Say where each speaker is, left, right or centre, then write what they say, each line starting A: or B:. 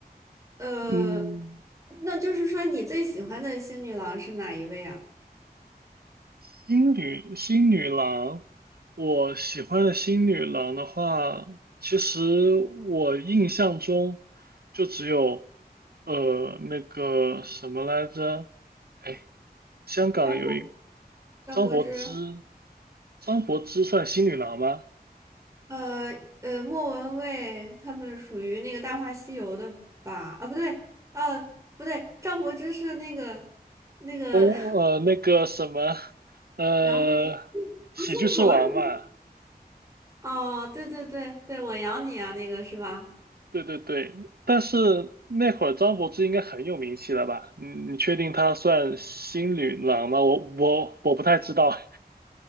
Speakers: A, on the right; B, on the right.
A: 呃，
B: 嗯。
A: 那就是说你最喜欢的星女郎是哪一位啊？
B: 新女新女郎，我喜欢的新女郎的话，其实我印象中就只有呃那个什么来着，哎，香港有一
A: 张柏张柏芝。
B: 张柏芝，张柏芝算新女郎吗？
A: 呃呃，莫文蔚他们属于那个《大话西游》的吧？啊，不对，呃，不对，张柏芝是那个那个
B: 公呃那个什么
A: <laughs>
B: 呃
A: 洋洋葱头是吧。
B: 喜剧之王嘛，
A: 哦，对对对对，我养你啊，那个是吧？
B: 对对对，但是那会儿张柏芝应该很有名气了吧？你你确定她算新女郎吗？我我我不太知道，